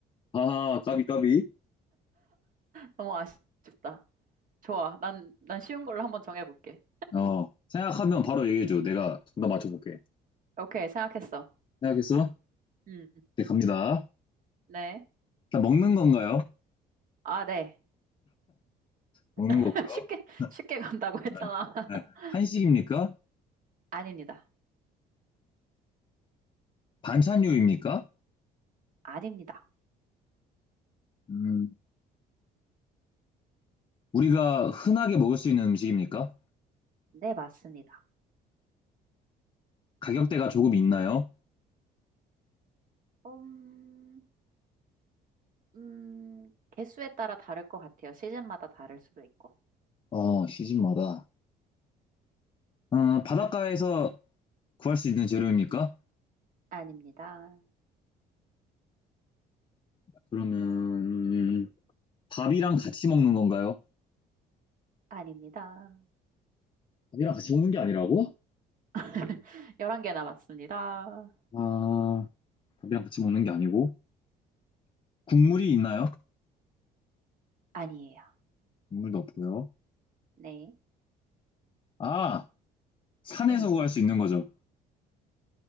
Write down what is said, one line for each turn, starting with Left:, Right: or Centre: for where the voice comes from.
Left: 아, 까비, 까비.
Right: 너무 아쉽다. 좋아. 난, 난 쉬운 걸로 한번 정해볼게.
Left: 어, 생각하면 바로 얘기해줘. 내가 정답 맞춰볼게.
Right: 오케이, 생각했어.
Left: 생각했어?
Right: 음,
Left: 네, 갑니다.
Right: 네.
Left: 자 먹는 건가요?
Right: 아, 네.
Left: 먹는
Right: <laughs>
Left: 거고요.
Right: 쉽게,
Left: <laughs>
Right: 쉽게 간다고 했잖아.
Left: 네.
Right: <laughs>
Left: 네. 한식입니까?
Right: 아닙니다.
Left: 반찬류입니까?
Right: 아닙니다.
Left: 음, 우리가 흔하게 먹을 수 있는 음식입니까?
Right: 네, 맞습니다.
Left: 가격대가 조금 있나요?
Right: 음, 음, 개수에 따라 다를 것 같아요. 시즌마다 다를 수도 있고.
Left: 어, 시즌마다. 어, 바닷가에서 구할 수 있는 재료입니까?
Right: 아닙니다.
Left: 그러면 음, 밥이랑 같이 먹는 건가요?
Right: 아닙니다.
Left: 밥이랑 같이 먹는 게 아니라고?
Right: <laughs> 11개 남았습니다.
Left: 아, 밥이랑 같이 먹는 게 아니고 국물이 있나요?
Right: 아니에요.
Left: 국물도 없고요.
Right: 네.
Left: 아, 산에서
Right: 응.
Left: 구할 수 있는 거죠.